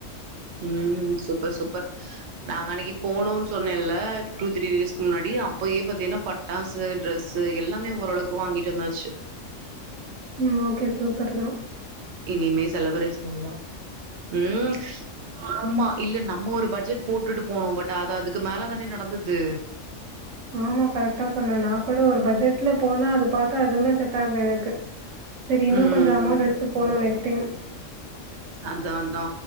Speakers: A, on the right; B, on the right.
A: ம் சூப்பர் சூப்பர் நாங்க அன்னைக்கு போனோன் சொன்னல்ல டூ த்ரீ டேஸ்க்கு முன்னாடி அப்பயே பாத்தின்னா பட் டாஸ்சு டிரெஸ்சு எல்லாமே ஓரளவுக்கு வாங்கிட்டு வந்தாச்சு
B: ம் ஓகே சூப்பர் தா
A: இனிமே செலபரேஷன் பண்ணு ம் ஆமா இல்ல நம்ம ஒரு பட்ஜெட் போட்டுட்டு போனோ பட் அது அதுக்கு மேல தானே நடந்தது
B: ஆமா கரெக்டா சொன்னே நா கூட ஒரு பட்ஜெட்ல போனா அது பாத்தா எதுமே செட் ஆகல எனக்கு செரி இன்னு
A: ம்
B: கொஞ்ச அமௌண்ட் எடுத்துட்டு போனு நெக்ட் டைம்
A: அதா அதா